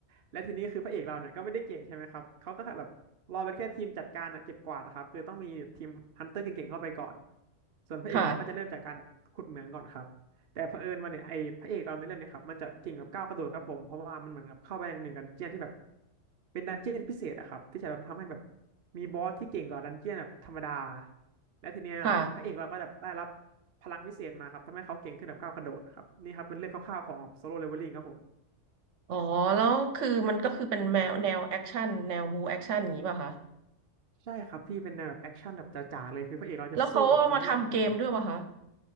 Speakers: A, on the right; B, on the right.
A: และทีนี้คือพระเอกเราเนี่ยก็ไม่ได้เก่งใช่ไหมครับเขาก็แบบรอเป็นแค่ทีมจัดการอะเก็บกวาดนะครับคือต้องมีทีมฮันเตอร์เก่งๆเข้าไปก่อนส่วนพระเอกเราก็จะเริ่มจากการแบบขุดเหมืองก่อนครับ
B: ค่ะ
A: แต่เผอิญว่าเนี่ยไอ้พระเอกเราในเรื่องเนี่ยครับมันจะเก่งกับก้าวกระโดดครับผมเพราะว่ามันเหมือนกับเข้าไปในหนึ่งดันเจียนที่แบบเป็นดันเจียนพิเศษอะครับที่จะแบบทำให้แบบมีบอสที่เก่งกว่าดันเจียนแบบธรรมดาและทีเนี้ยพระเอกเราก็แบบได้รับ
B: ค่ะ
A: พลังพิเศษมาครับทำให้เขาเก่งขึ้นแบบก้าวกระโดดครับนี่ครับเป็นเรื่องคร่าวๆของโซโล่เลเวลลิ่งครับผม
B: อ๋อแล้วคือมันก็คือเป็นแนวแนวแอคชั่นแนวบูแอคชั่นอย่างนี้ป่ะคะ
A: ใช่ครับพี่เป็นแนวแบบแอคชั่นแบบจ๋าๆเลยคือพระเอกเราจะสู้กับทั้งเรื่องเลยอะครับ
B: แล้วเขาเอามาทำเกมด้วยป่ะคะ